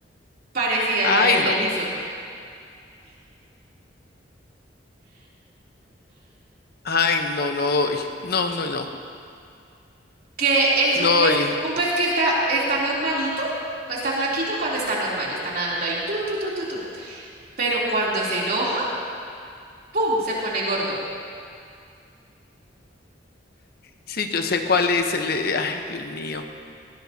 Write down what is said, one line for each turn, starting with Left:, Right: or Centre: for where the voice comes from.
Right: parecida
Left: Ay,
Right: a la del
Left: no.
Right: erizo.
Left: Ay, no, no doy. No, no, no.
Right: que es
Left: No
Right: un pez,
Left: doy.
Right: un pez que está, está normalito, está flaquito cuando está normal, está nadando ahí, tú, tú, tú, tú, tú. Pero cuando se enoja, ¡pum! se pone gordo.
Left: Sí, yo sé cuál es el... eh, Ay, Dios mío.